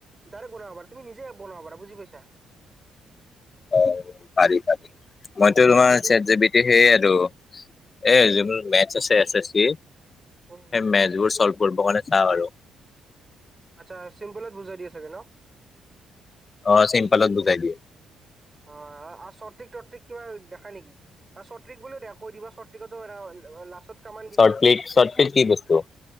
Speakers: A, on the right (about 20°); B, on the left (about 35°).
A: ডাইৰেক্ট বনাব পাৰা তুমি নিজে এপ বনাব পাৰা বুজি পাইছা।
B: অ পাৰি পাৰি মই
A: অ,
B: ত তোমাৰ
A: জি
B: চেট জে পি সেই আৰু এ যিবোৰ মেথছ আছে এছ এছ চি।
A: উম
B: সেই
A: উম
B: মেথছ্ বোৰ চৌলভ কৰিবৰ কাৰণে চাওঁ আৰু।
A: আচ্ছা চিম্পলত বুজাই দিয়ে চাগে ন।
B: অ চিম্পলত বুজাই দিয়ে।
A: অ আৰু চট্ৰিক তৰ্ট্ৰিক কিবা দেখা নিকি। বা চট ত্ৰিক বুলি দিয় কৈ দিবা চট ত্ৰিকতো এনেকা লাষ্টত। কামান দি
B: চৰ্ট
A: দিবা
B: ক্লিক
A: চৰ্ট
B: ক্লিক
A: ট্ৰিক
B: কি বস্তু